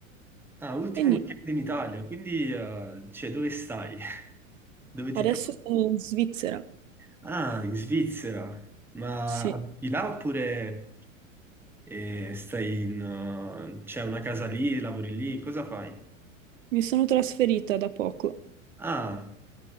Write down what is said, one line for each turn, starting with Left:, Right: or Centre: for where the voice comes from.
Centre: Ah, ultimo
Right: E niente,
Centre: weekend in Italia, quindi eh, cioè, dove stai? <laughs> Dove ti
Right: adesso
Centre: trovi?
Right: sono in Svizzera.
Centre: Ah, in Svizzera. Ma
Right: Sì,
Centre: abiti là oppure eh, stai in... eh, c'è una casa lì, lavori lì, cosa fai?
Right: mi sono trasferita da poco,
Centre: Ah.